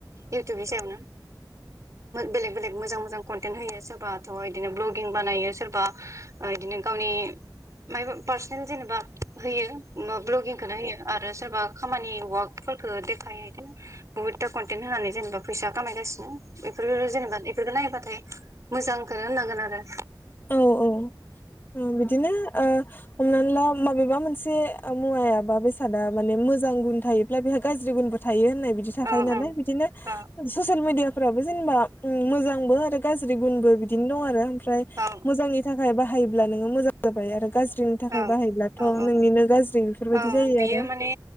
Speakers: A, on the right (about 40°); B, on the left (about 25°).
A: इउटुबनि सायावनो बेलेग बेलेग मोजां मोजां कन्टेन्ट होयो सोरबाथ बिदिनो भ्लगिं बानायो सोरबा बिदिनो गावनि माइबा पार्सनेल जेनेबा होयो भ्लगिंखौनो होयो आरो सोरबा खामानि वाक फोरखो देखायहदों बुहुतथा कनटेन्ट होनानै जेनेबा फैसा खामायगासिनो बेफोर जेनेबा बेफोरखौ नायोबाथ फ्राय मोजांखौनो होननांगोन आरो
B: औ औ ओ बिदिनो ओ हमनानै ला माबेबा मोनसे ओ मुवायाबा बेसादा माने मोजां गुन थायोब्ला बेहा गाज्रि गुनबो थायो नाय बिदि थाखायो
A: औ
B: नालाय बिदिनो
A: औ
B: ससियेल मेडिया फोराबो जेनेबा ओ मोजांबो आरो गाज्रि गुनबो बिदिनो दं आरो फ्राय
A: औ
B: मोजांनि थाखाय बा बाहायोब्ला नोङो मोजां जाबाय आरो गाज्रि गाज्रिनि थाखाय
A: औ
B: बाहायोब्लाथ'
A: औ औ
B: नोंनिनो बेफोरबायदि
A: औ
B: जायो
A: बियो
B: आरो
A: माने